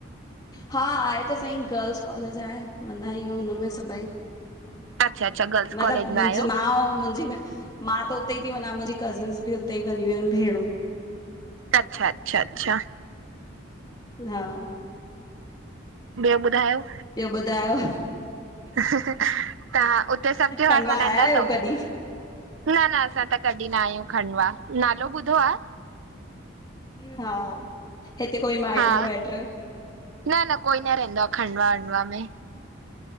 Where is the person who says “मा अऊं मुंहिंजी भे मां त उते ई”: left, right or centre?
Left